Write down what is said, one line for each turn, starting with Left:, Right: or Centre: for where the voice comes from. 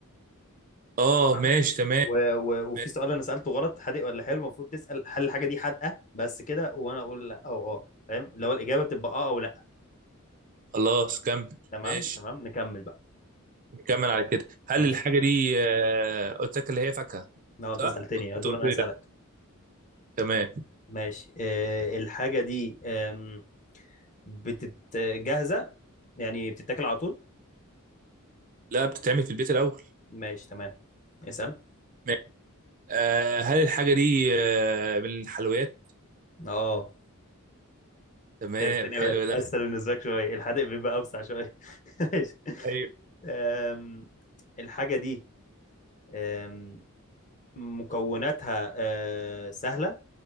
Right: اه
Left: تمام
Right: ماشي تمام
Left: و... و... وفي
Right: ماشي.
Left: سؤال أنا سألته غلط حادق ولا حلو المفروض تسأل هل الحاجة دي حادقة بس كده وأنا أقول لا أو أه فاهم لو الإجابة بتبقى أه أو لا
Right: خلاص كمل
Left: تمام
Right: ماشي
Left: تمام نكمل بقى
Right: كمل على
Left: آه،
Right: كده هل
Left: ماشي
Right: الحاجة دي آه، قلت لك اللي هي فاكهة
Left: لو أنت
Right: صح؟
Left: سألتني
Right: قلت-
Left: أدور
Right: انت قلت
Left: أنا
Right: لي
Left: أسألك
Right: لا تمام
Left: ماشي آه، الحاجة دي آم، بتت جاهزة يعني بتتاكل على طول
Right: لا بتتعمل في البيت الأول
Left: ماشي تمام اسأل
Right: ماشي آه هل الحاجة دي آه من الحلويات؟
Left: اه
Right: تمام
Left: كده الدنيا
Right: حلو
Left: بقت
Right: ده
Left: أسهل بالنسبة لك شوية الحادق بيبقى أوسع شوية <laughs> ماشي
Right: ايوه
Left: آم، الحاجة دي آم، مكوناتها آه، سهلة